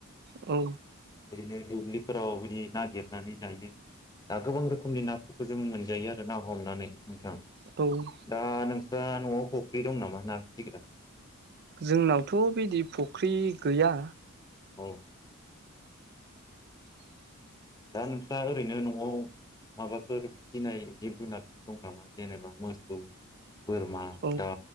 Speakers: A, on the right; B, on the left.
A: औ
B: बिदिनो दुब्लिफोराव बिदि नागिरनानै जायो। दा गोबां रोखोमनि नाफोरखौ जों मोनजायो आरो ना हमनानै नोंथां।
A: औ
B: दा नोंस्रा न'आव फुख्रि दं नामा <unintelligible>
A: जोंनावथ' बिदि फुख्रि गैया।
B: औ
A: <inaudible>
B: दा नोंस्रा ओरैनो न'आव माबाफोर फिनाय जिब जुनारफोर दं नामा जेनेबा मोसौ बोरमा
A: औ
B: दा